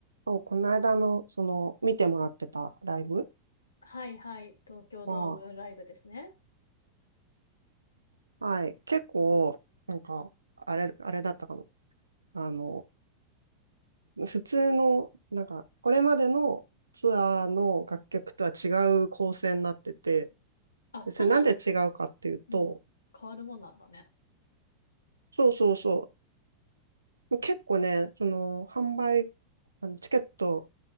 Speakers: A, on the right (about 80°); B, on the left (about 70°).
A: そう、この間の、その、見てもらってたライブ
B: はいはい。東京ドームライブですね。
A: は、はい、結構、なんか、あれ、あれだったかも。あの、普通の、なんか、これまでのツアーの楽曲とは違う構成になってて、
B: あ、
A: で、
B: そんな、
A: それなんで違うかっていうと、
B: うん、変わるもんなんだね。
A: そうそうそう、結構ね、その、販売、あのチケット